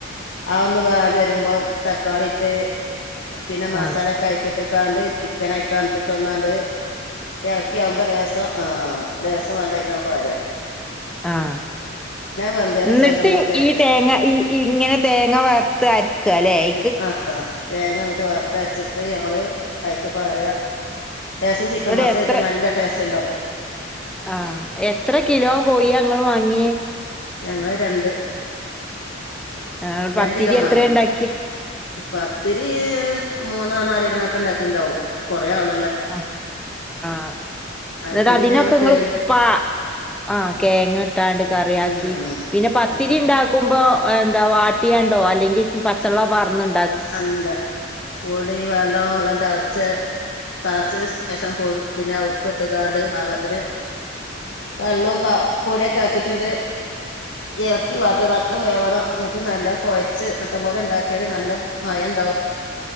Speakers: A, on the left; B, in the centre.
A: ആഹോന്ന് വാടി വരുമ്പം തക്കാളിട്ട്.. പിന്നെ മസാലൊക്കെ
B: ആഹ്
A: ആയിക്ക്ട്ട് കാണ്ട് ചിക്കനായിക്കാണ്ട് ട്ട് ഒന്നാണ്ട്.. ഇളക്കിയാവുംമ്പോ ലേസം ആഹ് ലേസം വെള്ളംഐക്കണ്ട് പാര..
B: ആഹ്
A: വെന്തതിന്
B: ന്നെട്ട്
A: ശേഷം നമ്മള്
B: ഈ തേങ്ങ ഈ.. ഇങ്ങനെ തേങ്ങ വറ്ത്ത് അരക്കാ ല്ലെ ഐ..
A: ആഹ് തേങ്ങ ന്നെട്ട് വർത്തരച്ചിട്ട് ഞമ്മള് അയിക്ക് പാര.. ലേസം ചിക്കൻ
B: ഇങ്ങട്
A: മസാല
B: എത്ര
A: ഇട്ടാ നല്ല ടേസ്റ്റ് ണ്ടാവും..
B: ആഹ് എത്ര കിലോ കൊയി ആഹ് ങ്ങൾ വാങ്ങിയേ..
A: ഞങ്ങള് രണ്ട്..
B: ആഹ്
A: രണ്ട്
B: പത്തിരി
A: കിലോ മാങ്ങി.
B: എത്രയാ ഇണ്ടാക്കിയേ?
A: പത്തിരി.. മൂന്നാ നാലെ കിലെനെക്കെ ണ്ടാക്കിണ്ടാകും. കൊറെ ആൾ..
B: അഹ് ആഹ്
A: അയിക്ക്
B: ന്നെട്ട്
A: പിന്നെ
B: അതിനൊക്കെ
A: ഞങ്ങള്
B: നിങ്ങൾ..
A: കേ
B: പാ ആഹ് കെങ്ങ് ട്ടാണ്ട് കറ്യാക്കി.
A: ഉം
B: പിന്നെ പത്തിരി
A: ഒക്കെ
B: ഇണ്ടാക്കുമ്പോ.. അഹ് ന്താ വാട്ടിയാണ്ടോ അല്ലെങ്കി പച്ചെള്ള പാറ്ന്ന്..
A: അല്ല. പൊടി നല്ലൊ വെള്ളം തെളച്ച്.. തെള്ള ച്ചതിന്ന് ശേഷം പിന്നെ ഉപ്പ് ഇട്ടുകാണ്ട് പാഗത്തിന്.. വെള്ളും പ പൊടിയൊക്കെ ആക്കിട്ടുണ്ട് ഏള്ക്കി വാട്ട. നല്ലം വേവണം. ന്നിട്ട് നല്ല കൊഴച്ച് മട്ട പോലെ ഉണ്ടാക്കിയൽ നല്ല.. മയം ണ്ടാവും..